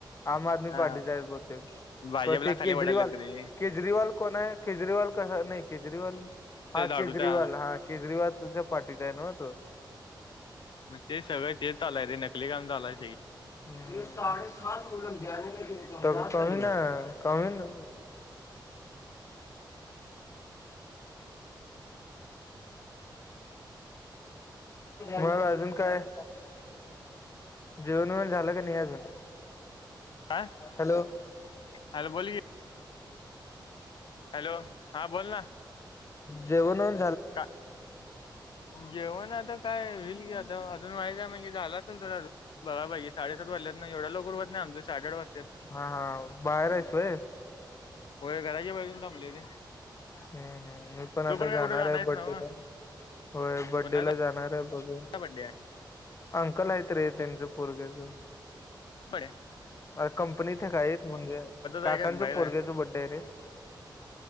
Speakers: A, on the left; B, on the left.
A: आम आदमी
B: हा
A: पार्टी जाय बते
B: भाजपला
A: क ते
B: खाली
A: केजरीवाल
B: वाढायला तरी
A: केजरीवाल कोण आहे केजरीवाल कसा नाही केजरीवाल हा केजरीवाल
B: ा
A: हा केजरीवालच्या पार्टीचा आहे नव्ह तो
B: मग ते सगळ ते चालय ते नक <unintelligible> झालाय
A: ते साडे सहाो लाग आ <unintelligible> <unintelligible> त कमी ना कमी ना म्हणाला अजून काय दिव <unintelligible> झालं का नाही अजून
B: हा
A: हॅलो
B: हॅलो बोल की हॅलो हा बोल ना
A: जेवणून
B: का जेवण आता काय होईल की आता अजून व्हायचय म्हणजे झाला असेल तर अजून बघाईजे साडेसात वाजल्यात ना एवढा लोक उरवत नाही आमच्या साडेआठ वाजल्यात
A: हा हा बाहेर आहेस व्हय
B: होय घराच्या बाजून थांबले रे
A: हम्म हम् मी पण आता
B: तू काय
A: जाणार
B: कुठं
A: आहे
B: आहेस
A: बड्डेला
B: ना व?
A: होय बड्डे
B: कुणाचा
A: ला जाणार आहे ब
B: बड्डे आहे
A: अंकल आहेतत रे त्यांच पोरग्याच
B: बडे्या <unintelligible>
A: अर क <unintelligible> पण इथे काय म्हणजे काकांचं
B: आहे का बाहेर
A: पोरग्याच
B: आहे
A: बड्डे आहे रे